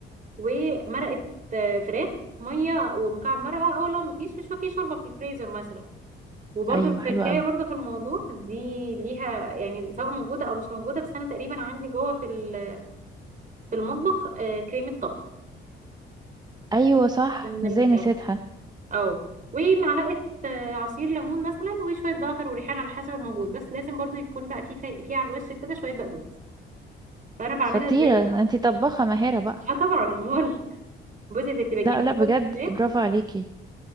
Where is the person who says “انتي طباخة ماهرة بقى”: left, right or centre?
Right